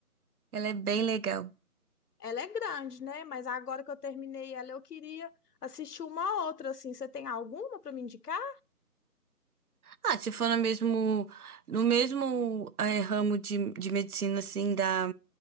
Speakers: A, on the right; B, on the left.
A: ela é bem legal.
B: Ela é grande, né? Mas agora que eu terminei ela, eu queria assistir uma outra assim. Você tem alguma para me indicar?
A: Ah, se for no mesmo, no mesmo eh, ramo de, de medicina, assim, da,